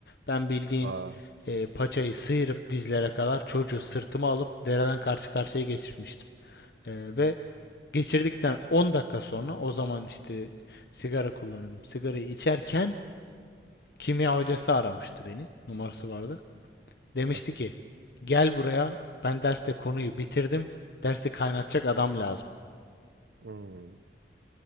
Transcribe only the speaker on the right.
Aa.
Evet.
Hmm.